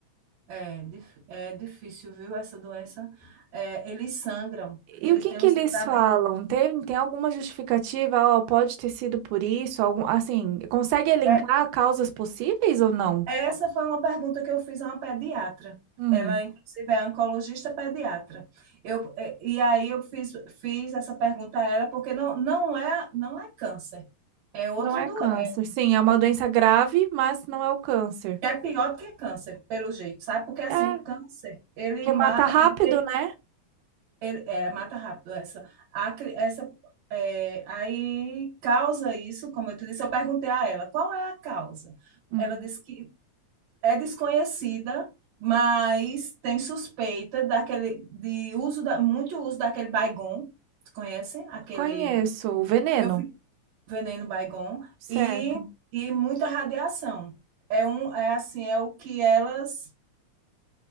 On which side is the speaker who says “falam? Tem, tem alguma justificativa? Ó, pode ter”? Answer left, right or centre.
Right